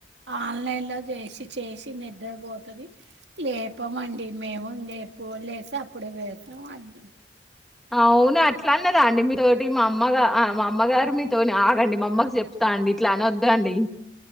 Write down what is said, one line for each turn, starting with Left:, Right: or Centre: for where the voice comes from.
Right: ఆన్లైన్లో చేసి చేసి నిద్రపోతుంది లేపంండి మేము లేప్పు లేస్తే అప్పుడుే వేస్తాం అన్నా
Centre: అవును అట్లా అన్నదా అండి మీతోోటి మా అమ్మ మా అమ్మగారు మీతో ఆగండి మా అమ్మకి చెప్తా అండి ఇట్లానే వద్దండి